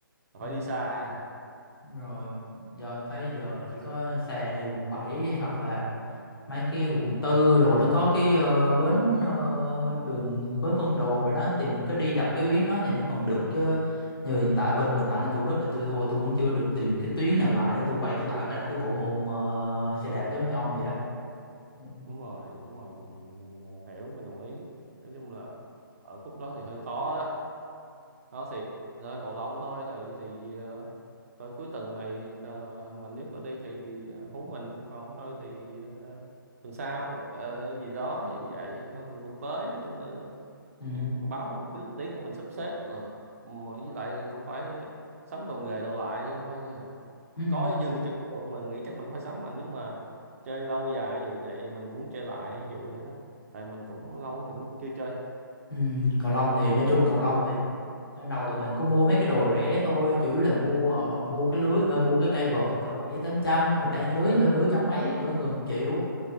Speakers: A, on the right (about 40°); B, on the left (about 80°).
A: là
B: ừ
A: phải đi xa
B: đúng rồi giờ thấy giờ chỉ có xe như quận bảy hoặc là mấy cái quận tư đồ đó có cái ờ, bến ờ, đường bến Vân Đồn rồi đó thì mình cứ đi dọc cái tuyến đó thì nó còn được chứ như hiện tại bên Bình Thạnh ở Thủ Đức là tôi thua tôi vẫn chưa được tìm cái tuyến nào lại để tôi quay trở lại với lại cái bộ môn ờ, xe đạp giống như ông vậy đó ừ
A: đúng rồi đúng rồi mình mình ờ, hiểu mình đồng ý nói chung là ở khúc đó thì hơi khó đó nó thì thôi cầu lông thôi thì thì ờ, rồi cuối tuần này ờ, mình nếu có đi thì ờ, hú mình còn không thôi thì ờ, tuần sau ờ, gì đó vụ vậy hoặc từ tuần tới nói chung là
B: ừ
A: ờ, báo mình trước một tiếng để mình sắp xếp là mà với lại cũng phải sắm đồ nghề đâu lại không thôi
B: ừ
A: có
B: ừ
A: dư thì cho mình mình nghĩ chắc mình cũng phải sắm mà nếu mà chơi lâu dài ví dụ vậy mình muốn chơi lại ví dụ vậy đó tại mình cũng lâu lắm mình cũng chưa chơi
B: ừ. cầu lông thì nói chung cầu lông thì ban đầu thì mình có mua mấy cái đồ rẻ thôi chủ yếu là mua ờ, mua cái lưới ờ, mua cái cây vợt từ cỡ bảy tám trăm rồi đan lưới vô nửa trăm mấy cỡ gần triệu